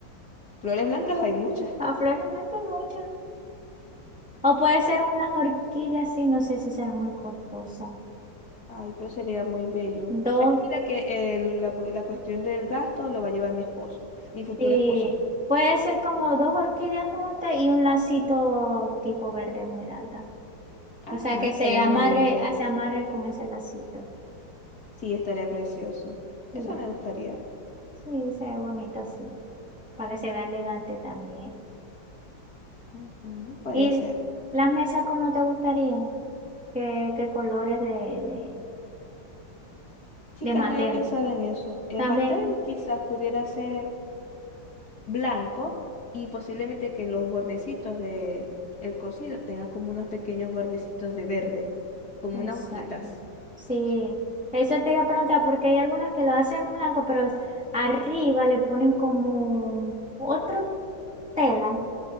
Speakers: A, on the left; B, in the centre.
A: Flores blancas hay muchas.
B: A flores blancas hay muchas. O puede ser unas orquídeas, sí, no sé si serán muy costosas.
A: Ay, pero sería muy bello.
B: Dos
A: Tranquila que el- la, pu- la cuestión del gasto lo va a llevar mi esposo, mi futuro
B: Sí,
A: esposo.
B: puede ser como dos orquídeas juntas y un lacito tipo verde esmeralda.
A: Ajá,
B: O sea, que
A: estaría
B: se amarre,
A: muy lindo.
B: ah, se amarre con ese lacito.
A: Sí, estaría precioso.
B: Sí,
A: Eso me gustaría.
B: sí, se ve bonito así, para que se vea elegante también.
A: Ujú, puede
B: ¿Y
A: ser.
B: las mesas cómo te gustarían? ¿Qué, qué colores de, de,
A: Chica,
B: de mantel?
A: no había pensado en eso. El
B: También,
A: mantel quizás pudiera ser blanco y posiblemente que en los bordecitos del el cocido tenga como unos pequeños bordecitos de verde, como
B: exacto.
A: unas hojitas.
B: Sí, eso te iba a preguntar, porque hay algunas que lo hacen blanco, pero arriba le ponen como otro tela